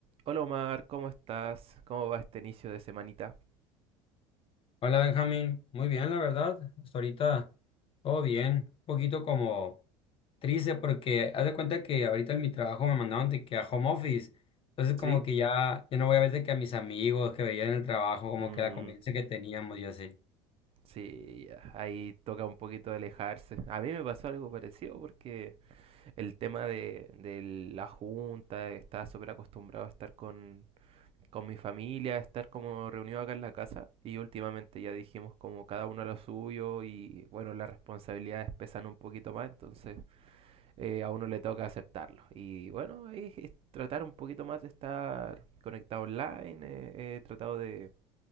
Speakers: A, on the right (about 40°); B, on the left (about 40°).
A: Hola Omar, ¿cómo estás? ¿Cómo va este inicio de semanita?
B: Hola Benjamín, muy bien la verdad, hasta ahorita todo bien, un poquito como triste porque haz de cuenta que ahorita en mi trabajo me mandaron de que a home office, entonces
A: ¿Sí?
B: como que ya, ya no voy a ver de que a mis amigos que veía en el trabajo, como
A: Mm,
B: que la convivencia que teníamos y así.
A: sí, ya, ahí toca un poquito alejarse. A mí me pasó algo parecido porque el tema de, de la junta, estaba súper acostumbrado a estar con, con mi familia, a estar como reunido acá en la casa y últimamente ya dijimos como cada uno a lo suyo y bueno, las responsabilidades pesan un poquito más, entonces eh, a uno le toca aceptarlo. Y bueno, ahí es tratar un poquito más de estar conectado online, eh, he tratado de,